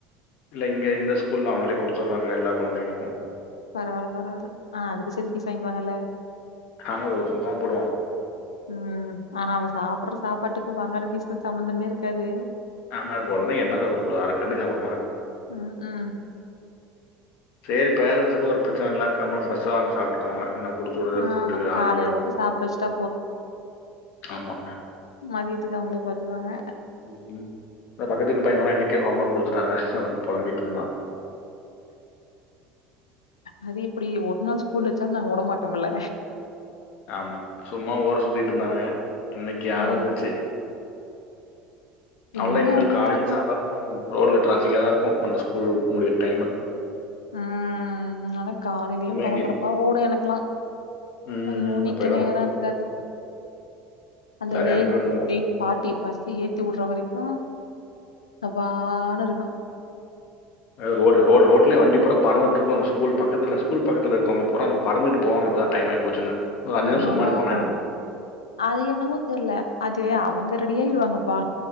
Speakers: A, on the left; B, on the left.
A: இல்ல இங்க இந்த ஸ்கூல்ல அவுங்களே குடுத்துடுறாங்க எல்லா கொழந்தைகளுக்கோ
B: பரவால்ல பரவால்ல ஆனா அதுக்கோ சேத்து ஃபீஸ் வாங்க்யுவாங்கல்ல
A: ஆமா ப்ரோ சும்மாவ போடுவா
B: ம் ஆனா அவ சாப்புற சாப்பாட்டுக்கு வாங்கற பீஸ்கோ சம்மந்தமே இருக்காது
A: ஆமா கொழந்தைங்க என்ன சாப்புட போது அரக்கரண்டி சாப்புடுமா
B: உம் உம்
A: செரி பேரன்ஸுக்கு ஒரு பிரச்சன இல்ல கம்ம ஃப்ரெஷ்ஷா சாப்புட்டு ப்பாங்க இன்னா குடுத்துவுடறது
B: ஆமா
A: ஃபுட்டுது
B: காலையில
A: ஆறி போய்டோ
B: மட்டும் சாப்பிட வச்சுட்டா
A: ஆமா
B: மதியத்துக்கோ அவுங்களே பாத்துக்குவாங்க
A: இந்த பக்கத்து வீட்டு பைய வேற இன்னிக்கே ஹோம் ஒர்க் குடுத்துட்டாங்க அப்டீன்னு பொலம்பிட்ருந்தா
B: அது எப்டி ஒரு நாள் ஸ் கூலூ வெச்சாலு நாங்க உடமாட்டோம்ல
A: ஆமா சும்மா ஊர சுத்திட்டு இருந்தானுங்க இன்னிக்கு
B: அ
A: ஆரம்பிச்சிருச்சு
B: இனிமே
A: அவ்ள இனிமேல்
B: அப்டிதான்.
A: காலைலயு சாந்தரமு ரோட்ல டிராஃபிகா தா இருக்கோ அந்த ஸ்கூல் முடியுற டைமு
B: உம் நடப் காலைலயு
A: இவங்க
B: பரபரப்பா ஓடோ எனக்குலா
A: ம்,
B: ஐயோ
A: ம்.
B: நிக்க
A: அப்ப என்ன
B: நேரோ
A: பண்றது?
B: இருக்காது அந்த
A: எல்லாரையு அனுப்பியுட்னோல
B: எயிட் எயிட் ஃபாட்டி பஸ்சு ஏத்தி வுட்ற வரிக்கோ அப்பானு இருக்கோ
A: அ ரோடு ரோடு ரோட்லே வண்டிபுறா பறந்துட்டு இருக்கு அந்த ஸ்கூல் பக்கதுல ஸ்கூல் பக்கத்துல இருக்கவுங்க பூரா பறந்துட்டு போவங்க அப்ப தா டைம் ஆயிபோச்சுனு ஒரு அஞ்சு நிமுஸோ
B: ஆமா,
A: முன்னாடி போனா
B: ஆமா.
A: என்ன
B: அது என்னவோ தெர்ல அது அவங்க ரெடியாயிருவாங்கப்பா